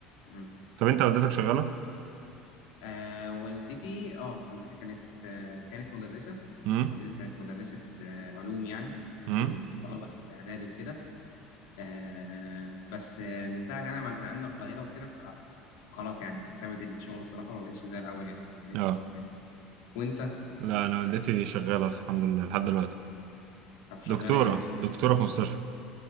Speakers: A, on the left; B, on the right.
A: مم.
B: طب انت والدتك شغالة
A: آه والدتي اه والدتي كانت آه كانت مدرسة
B: امم
A: والدتي كانت مدرسة آه علوم يعني بتدي
B: امم
A: الطلبة اللي في إعدادي وكده آه بس آه من ساعة يعني ما نقلنا القاهرة وكده فخلاص يعني سابت الشغل الصراحة ما بقتش زي الأول يعني ما بقتش
B: اه
A: في المجال وأنت
B: لا انا والدتي شغالة الحمد لله لحد دلوقتي
A: طب شغالة
B: دكتورة
A: إيه مثلا؟
B: دكتورة في مستشفى